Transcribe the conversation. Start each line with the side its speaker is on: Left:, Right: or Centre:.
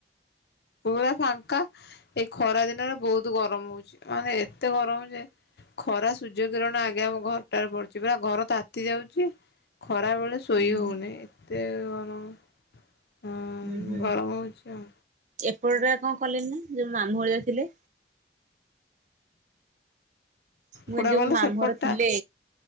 Left: ପା ଫାଙ୍କା ଏଇ ଖରା ଦିନରେ ବହୁତ ବ ଗରମ ହଉଛି ମାନେ ଏତେ ଗରମ ଯେ ଖରା ସୂର୍ଯ୍ୟ କିରଣ ଆଗ ଆମ ଘରଟାରେ ପଡୁଛି ପୁରା ଘର ତାତି ଯାଉଛି। ଖରାବେେଳେ ଶୋଇ
Right: ହୁଁ
Left: ହେଉନି
Right: ହୁଁ।
Left: ଏତେ ଗରମ। ହଁ
Right: ହୁଁ ହୁଁ
Left: ଗରମ ହଉଛି ଆଉ
Right: ଏପଟଟା କଣ କଲେଣିି ନା ଯୋଉ ମାମୁଁ ଭଳିଆ ଥିଲେ। ମୁଁ
Left: କୋଉଟା
Right: ଯୋଉ
Left: କହିଲ
Right: ମୋ ମାମୁଁର
Left: ସେପଟଟା
Right: ଥିଲେ।